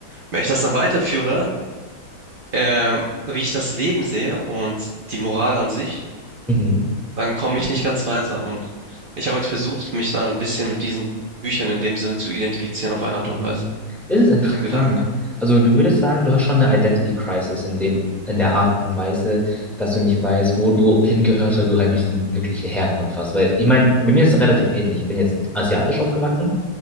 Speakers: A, on the right; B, in the centre.
A: wenn ich das dann weiterführe, ähm, wie ich das Leben sehe und die Moral an sich,
B: Mhm.
A: dann komme ich nicht ganz weiter. Und ich habe jetzt versucht, mich da ein bisschen mit diesen Büchern in dem Sinne zu identifizieren auf eine Art
B: Mhm.
A: und Weise,
B: Das ist interessant.
A: mit dem Gedankengang.
B: Also du würdest sagen, du hast schon eine Identity Crisis in dem, in der Art und Weise, dass du nicht weißt, wo du hingehörst, weil du halt nicht so eine wirkliche Herkunft hast. Weil ich meine, bei mir ist es relativ ähnlich. Ich bin jetzt asiatisch aufgewachsen.